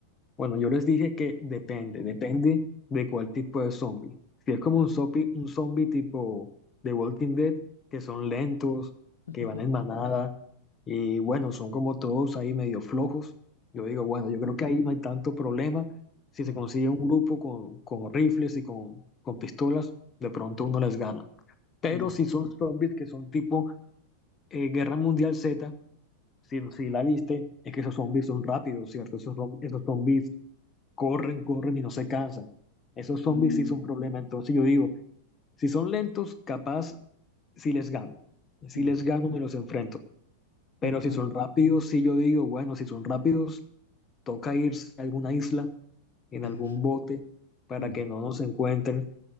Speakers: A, on the left (about 25°); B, on the left (about 70°).
A: Bueno, yo les dije que depende,
B: Ujú,
A: depende de cuál tipo de zombie. Si es como
B: ujú,
A: un zombie, un zombie tipo de Walking Dead, que son
B: ujú.
A: lentos,
B: <laughs>
A: que van en manada, y bueno, son como todos ahí medio flojos. Yo digo, bueno, yo creo que ahí no hay tanto problema. Si
B: Mm,
A: se consigue un grupo con, con rifles y con, con pistolas, de pronto
B: mm,
A: uno les gana. Pero
B: mm,
A: si son zombies que son tipo eh, Guerra Mundial Z, si, si la viste, es que esos zombies son rápidos, ¿cierto? Esos, rom- esos zombies corren, corren y no se cansan. Esos zombies
B: mm, mm,
A: sí son un problema. Entonces yo digo, si son lentos, capaz sí les gano. Si
B: mm,
A: les gano, me los enfrento. Pero
B: <laughs> ujú.
A: si son rápidos, sí yo digo, bueno, si son rápidos, toca irse a alguna isla, en
B: Es.
A: algún bote, para
B: mm,
A: que no nos encuentren,